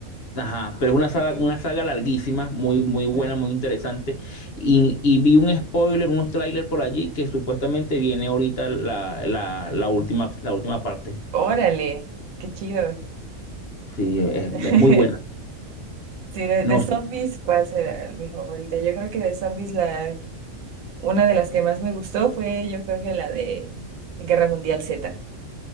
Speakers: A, on the left (about 60°); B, on the right (about 85°).
A: Ajá, pero es una saga, una saga larguísima, muy, muy buena,
B: Ah,
A: muy interesante. Y, y vi un spoiler, unos trailers por allí que supuestamente viene ahorita la, la, la última, la última parte.
B: Órale, qué chido.
A: Sí, es,
B: <laughs>
A: es muy buena.
B: Sí, de, de
A: No,
B: zombies,
A: sé,
B: ¿cuál será mi favorita? Yo creo que de zombies la, una de las que más me gustó fue, yo creo que la de Guerra Mundial Z.